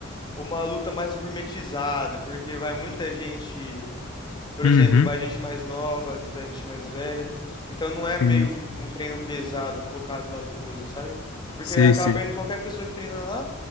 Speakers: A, on the left; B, on the left.
A: uma luta mais gourmetizada, porque vai muita gente. Por
B: Uhum.
A: exemplo, vai gente mais nova, às vezes vai gente mais velha. Então não é meio
B: Sim.
A: um treino pesado, focado na luta mesmo, sabe? Porque
B: Sei,
A: acaba
B: sei.
A: indo qualquer pessoa que treina lá.